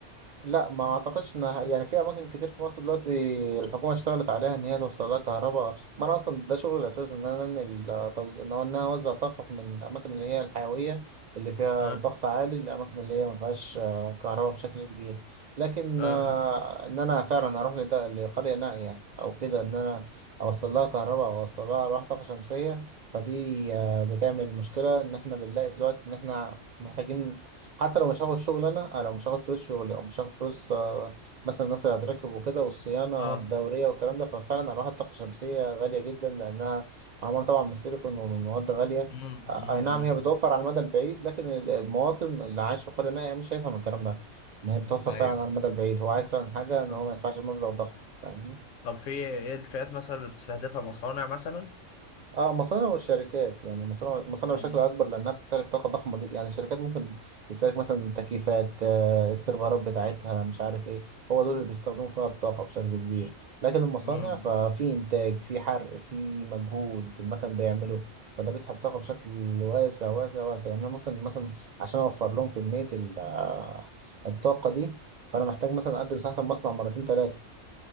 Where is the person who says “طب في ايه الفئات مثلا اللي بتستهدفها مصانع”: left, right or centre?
Left